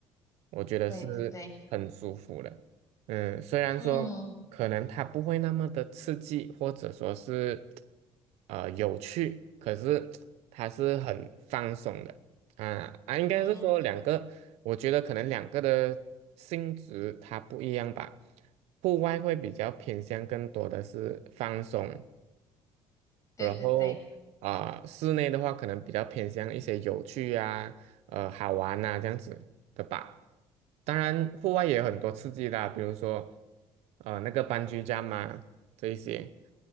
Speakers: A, on the right (about 80°); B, on the left (about 30°).
A: 我觉得是很舒服的。
B: 对对对，
A: 嗯，虽然说可能它不会那么的刺激，
B: 嗯。
A: 或者说是呃有趣，可是它是很放松的啊啊，应该是说两个，
B: 嗯，
A: 我觉得可能两个的性质它不一样吧。户外会比较偏向更多的是放松，
B: 对对对
A: 然后啊、室内的话可能比较偏向一些有趣啊、呃好玩呐、这样子的吧。当然，户外也有很多刺激的啊比如说呃那个班居家嘛这一些，